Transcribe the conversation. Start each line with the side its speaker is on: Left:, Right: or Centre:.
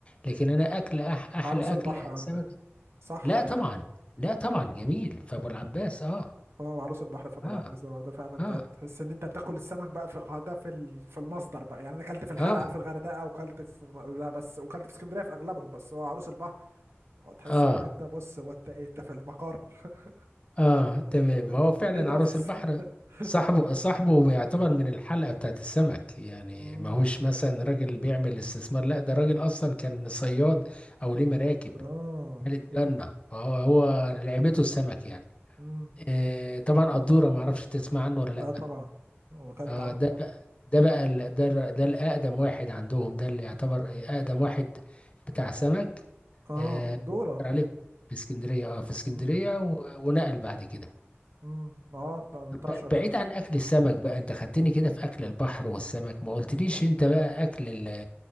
Left: لكن انا اكل أح احلى
Right: عروس البحر
Left: اكل
Right: عندك
Left: سمك
Right: صح
Left: لا
Right: ولا
Left: طبعا لا طبعا جميل فابو العباس اه
Right: اه عروس البحر فبلعب
Left: اه
Right: بس هو ده فعلا ده
Left: اه
Right: تحس ان انت بتاكل السمك بقى في اه ده في ال- في المصدر بقى يعني انا اكلت في الحلقه
Left: اه
Right: في الغردقه وكلت في م- لا بس وكلت في اسكندريه في اغلبهم بس هو عروس البحر اه تحس
Left: اه
Right: ان انت بص هو انت ايه انت في المقر <laughs>
Left: اه
Right: انت
Left: تمام
Right: في
Left: ما
Right: ال-
Left: هو فعلا
Right: في الهيد اوفيس
Left: عروس البحر
Right: <laughs>
Left: صاحبه صاحبه بيعتبر من الحلقة بتاعت السمك يعني
Right: مم.
Left: ما هوش مثلا راجل بيعمل استثمار لا ده راجل اصلا كان صياد او ليه مراكب
Right: اه
Left: ملك
Right: مم.
Left: جنة هو هو لعبته السمك يعني
Right: مم.
Left: آه طبعا قدورة ما اعرفش تسمع عنه ولا لا
Right: اه طبعا واكلت
Left: آه
Right: عنده
Left: ده
Right: برضه
Left: ده بقى ال- ده الر- ده الاقدم واحد عندهم ده اللي يعتبر اقدم واحد بتاع سمك
Right: اه
Left: آه
Right: الدوره
Left: كان عليه في اسكندرية اه في اسكندرية
Right: مم.
Left: و- ونقل بعد كده
Right: مم. اه 18
Left: ب- بعيد عن اكل السمك بقى انت خدتني كده في اكل البحر والسمك ما قلتليش انت بقى اكل ال-